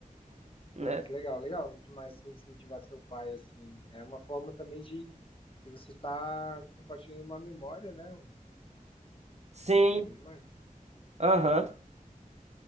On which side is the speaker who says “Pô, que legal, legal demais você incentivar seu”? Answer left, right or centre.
Left